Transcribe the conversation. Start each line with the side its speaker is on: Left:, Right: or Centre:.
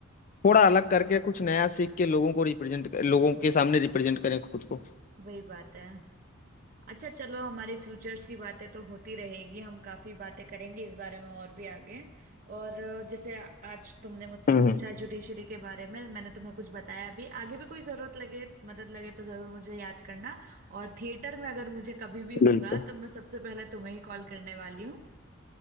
Left: थोड़ा अलग करके कुछ नया सीख के लोगों को रिप्रेजेंट लोगों के सामने रिप्रेजेंट करें खुद को
Right: वही बात है अच्छा चलो हमारे फ्यूचर्स की बातें तो होती रहेगी हम काफी बातें करेंगे इस बारे में और भी आगे और अ, जैसे आज तुमने मुझसे
Left: हम्म
Right: पूछा
Left: हम्म,
Right: जुडिशरी के बारे में मैंने तुम्हें कुछ बताया भी आगे भी कोई जरूरत लगे मदद लगे तो जरूर मुझे याद करना और थिएटर में अगर मुझे कभी भी
Left: बिल्कुल
Right: होगा तो मैं सबसे पहले तुम्हें ही कॉल करने वाली हूँ